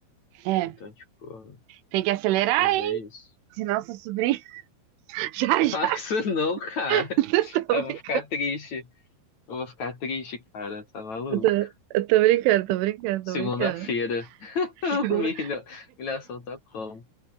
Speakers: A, on the right; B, on the left.
A: É.
B: então, tipo,
A: Tem que acelerar,
B: mas
A: hein?
B: é isso.
A: Senão seu sobrinha. <laughs> Já,
B: <laughs>
A: já.
B: Fala isso
A: <laughs>
B: não, cara.
A: Eu tô,
B: Eu
A: brin-
B: vou ficar triste. Eu vou ficar triste, cara, tá maluco.
A: eu tô- eu tô brincando, tô brincando,
B: Segunda-feira.
A: tô brincando.
B: <laughs>
A: <laughs>
B: Humilha,
A: Segunda-
B: humilhação tá como?